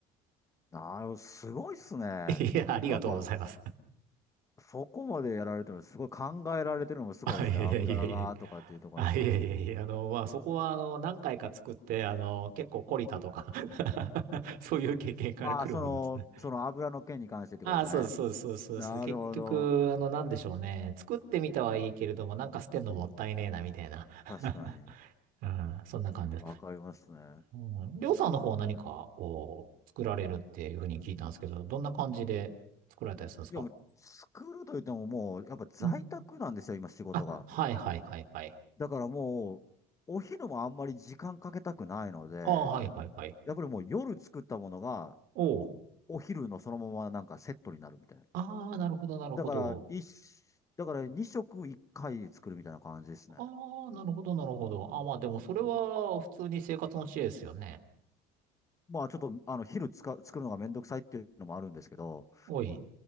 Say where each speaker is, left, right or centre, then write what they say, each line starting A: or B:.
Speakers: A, on the left; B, on the right.
A: なる、すごいっすね。
B: <laughs> いや、ありがとうございます。
A: なんか、そこまでやられてるの、すごい考えられてるのもすごいですね。
B: あ、いやいやいやいやいや。
A: 油がとかっていうところも。
B: あ、いやいやいやいや、あの、まあ、そこは、あの、何回か作って、あの、結構懲りたとか <laughs> そういう経験から来るものですね。
A: ああ、その、その油の件に関してってことですね。
B: ああ、そうです、そうです、そうです、そうです。
A: なるほど。
B: 結局、あの、なんでしょうね。作ってみたはいいけれども、なんか捨てんのもったいねえな、みたいな。
A: 確かに。
B: <laughs> うん、そんな感じです。
A: わかりますね。
B: うん。りょうさんの方は何か、こう、作られるっていうふうに聞いたんですけど、どんな感じで作られたりするんですか
A: いや、もう作るといってももう、やっぱ在宅なんですよ、
B: うん。
A: 今仕事が。
B: あ、はいはいはいはい。
A: だからもう、お昼もあんまり時間かけたくないので、
B: ああ、はいはいはい。
A: やっぱりもう夜作ったものが、
B: おう。
A: お昼のそのままなんかセットになるみたいな。
B: ああ、なるほどなるほど。
A: だから、一、だから2食1回作るみたいな感じですね。
B: ああ、なるほどなるほど。ああ、まあでもそれは普通に生活の知恵ですよね。
A: まあちょっと、あの、昼つか、作るのがめんどくさいっていうのもあるんですけど、
B: おい。